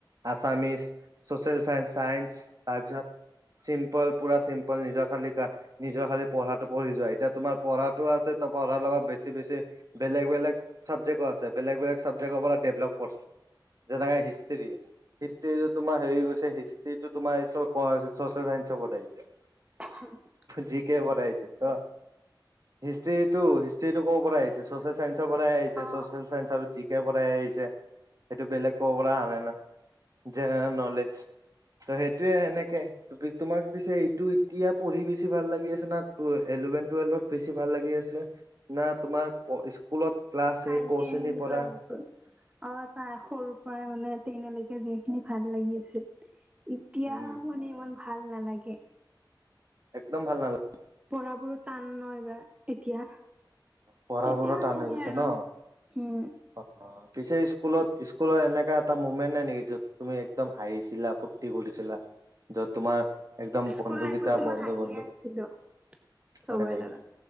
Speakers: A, on the right; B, on the right.
A: আছামিছ, চচিয়েল চাই, চাইন্স তাৰপিছত চিম্পল, পুৰা চিম্পল নিজৰ খালি কা নিজৰ খালি পঢ়াটো পঢ়ি যোৱা, এতিয়া তোমাৰ পঢ়াটো আছে তো পঢ়াৰ লগত বেছি বেছি বেলেগ বেলেগ চাবজেকও আছে বেলেগ বেলেগ চাবজেক্টৰ পৰা ডেভলপ কৰছ যেনেকা হিষ্ট্ৰি হিষ্ট্ৰি তোমাৰ হেৰি গৈছে হিষ্ট্ৰিটো তোমাৰ ছচিয়েল চাইঞ্চ হ'ব লাগিছে।
B: হম্
A: জি কে পঢ়াইছে ত' হিষ্ট্ৰিটো হিষ্ট্ৰিটো কৰ পৰা আহিছে? ছচিয়েল চাইন্সৰ পৰাই আহিছে'
B: অ
A: ছচিয়েল চাইন্স আৰু জি কে পৰাই আহিছে। সেইটো বেলেগ ক'ব পৰা আহা নাই ন, জেনেৰেল নলেজ ত সেইটোয়ে সেনেকে তি তোমাক পিছে এইটো এতিয়া পঢ়ি পিছে ভাল লাগি আছে না ইলেভেন টুৱেলভত বেছি ভাল লাগি আছে না তোমাৰ স্কুলত ক্লাছ সেই
B: নাইন
A: কচেনীৰ
B: টেন
A: পৰা
B: ক্লাছবোৰ অ তাৰ সৰু পৰাই মানে তেন লৈকে যিখিনি ভাল লাগি আছিল। এতিয়া
A: উম
B: মানে ইমান ভাল নালাগে।
A: একদম ভাল নালাগে।
B: পঢ়া বোৰো টান ন এইবাৰ এতিয়া।
A: পঢ়াবোৰো
B: তেতিয়া মানে
A: টান
B: এনে
A: হৈ গৈছে
B: আৰু
A: ন
B: উম
A: অ পিছে স্কুলত স্কুলৰ এনেকা এটা মুমেন্ট নাই নেকি যত তুমি একদম হাঁহিছিলা ফূুৰ্তি কৰিছিলা। যত তোমাৰ একদম
B: স্কুল
A: বন্ধুকেইটা
B: লাইফত তো মই
A: বন্ধু
B: হাঁহিয়ে
A: বন্ধু
B: আছিলো চবৰে
A: হয় নেকি
B: লগত